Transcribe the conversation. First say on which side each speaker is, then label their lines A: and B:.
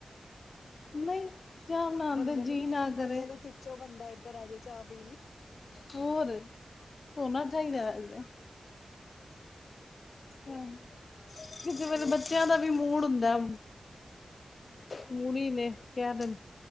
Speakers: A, on the left (about 60°); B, on the left (about 85°).
A: ਨਹੀਂ ਚਾਹ ਬਣਾਉਣ
B: ਬੰਦੇ
A: ਤੇ
B: ਨੂੰ
A: ਜੀਅ ਨਾ
B: ਬੰਦੇ
A: ਕਰੇ।
B: ਨੂੰ ਖਿੱਚੋ ਬੰਦਾ ਇੱਧਰ ਆ ਜੇ ਚਾਹ ਪੀਣ ਨੂੰ।
A: ਹੋਰ ਹੋਣਾ ਚਾਹੀਦਾ ਵੇਸੇ। ਹਾਂ ਕਿਸੇ ਵੇਲੇ
B: ਹੋਰ
A: ਬੱਚਿਆਂ
B: ਸੁਣਾਓ।
A: ਦਾ ਵੀ ਮੂਡ ਹੁੰਦਾ। ਮੂਲੀ ਨੇ ਕਹਿ ਦੇ